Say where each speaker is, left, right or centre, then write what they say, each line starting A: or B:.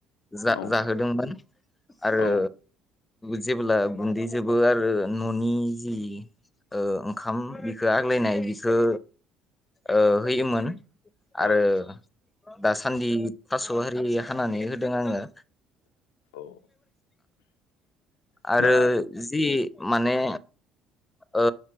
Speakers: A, on the left; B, on the left.
A: जा
B: औ
A: जाहोदोंमोन आरो
B: औ
A: जेबोला गुन्दैजोबो आरो न'नि जि ओ ओंखाम बिखो आग्लायनाय बिखौ ओ होयोमोन आरो
B: औ
A: दास सान्दि थास' हारि हानानै होदों आङो
B: औ
A: आरो
B: दा
A: जि माने ओ